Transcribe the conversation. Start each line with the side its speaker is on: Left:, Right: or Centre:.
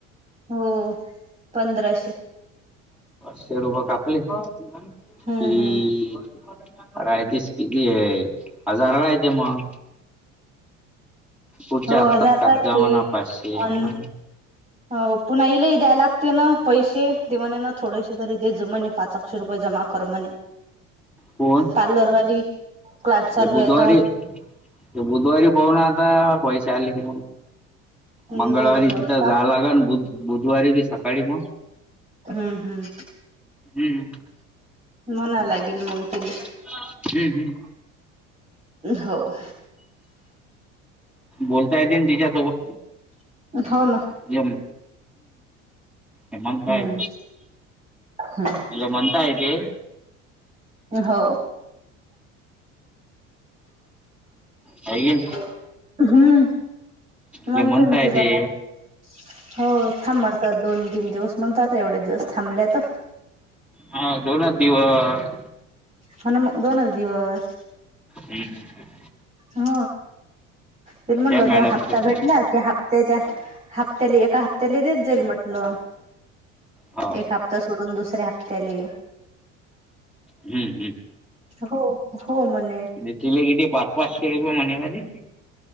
Right: हो पंधराशे
Centre: शे रुप कापले की
Right: हम्म हम्म
Centre: य तेस किती हजारला आहे ते मग पुढच्या
Right: हो
Centre: हप्त्यात
Right: हजार
Centre: कापजा
Right: लाते
Centre: म्हणा पाचशे
Right: अ
Centre: हा
Right: हाव अ पुन्हाईला द्याय लागते ना पैसे दे म्हणे ना थोडेसे तरी द जू म्हणे पाच आक्षे रुपये जमा कर म्हणे
Centre: कोण
Right: का दरवाली क्लास चालू
Centre: ते बुधवारी
Right: आहेेत
Centre: ते बुधवारी पाह ना आता पैसे आले की
Right: हम्म
Centre: मंगळवारी
Right: बरोबर
Centre: तिथं जालाग
Right: का?
Centre: बुधवारी बी सकाळी मग
Right: हम्म, हम्म
Centre: हम्म
Right: म्हणा लागेल मग
Centre: हम्म,
Right: तिला
Centre: हम्म
Right: हो..
Centre: बोलतायतीलन तिच्यासोबत
Right: हाव ना
Centre: ज हम् हे मंत हे
Right: हम्म हम्म
Centre: मंतयताय ते
Right: हो
Centre: काय गे
Right: हम्म म्हणते
Centre: म्हणत आहे
Right: तिला
Centre: ते
Right: मग हो थांब मग दोन तीन दिवस म्हणतात एवढे दिवस थांबलेत.
Centre: हा दोन दिवस
Right: ह मग दोनच दिवस
Centre: हम्म
Right: हा त म्हटलं
Centre: त्या मॅडमचे
Right: तर हप्ता
Centre: फोन
Right: भेटला की हफ त्याच्या हप्त्या एका हप्त्याला देत जाईल म्हटलं
Centre: हो
Right: एक हप्ता ता सोडून दुसऱ्या हप्त्याले
Centre: हम्म हम्
Right: हो हो म्हणे
Centre: <unintelligible> पाच पाचशे रुपये म्हणे का ग ते